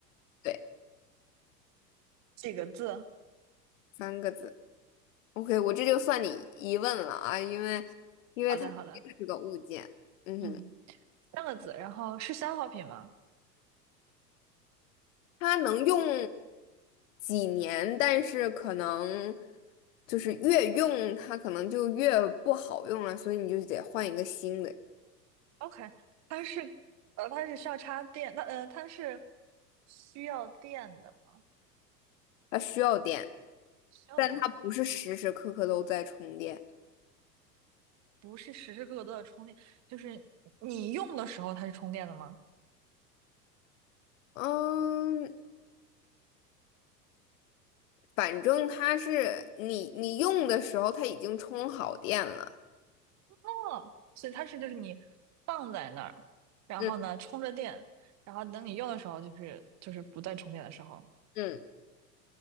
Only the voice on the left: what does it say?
对，
三个字。OK，我这就算你一问了啊，因为因为它是这个物件，
嗯哼。
它能用几年，但是可能就是越用它可能就越不好用了，所以你就得换一个新的。
它需要电，
但它不是时时刻刻都在充电。
嗯，反正它是你你用的时候它已经充好电了。
嗯
嗯